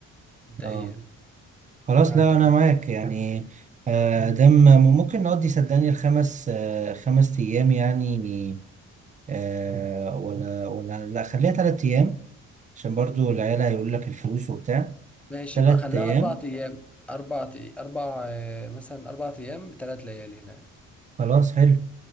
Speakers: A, in the centre; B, on the right (about 25°).
A: مبدئيا
B: اه خلاص
A: فانت
B: لا انا معاك يعني آه، دم ممكن نقضي صدقني الخمس آه، خمس ايام يعني آه، ولا ولا لا خليها تلات ايام عشان برضو العيال هيقول لك الفلوس وبتاع
A: ماشي
B: تلات
A: يبقى خليها
B: ايام
A: اربع ايام اربع أي- اربع آه، مثلا اربع ايام بثلاث ليالي هناك
B: خلاص حلو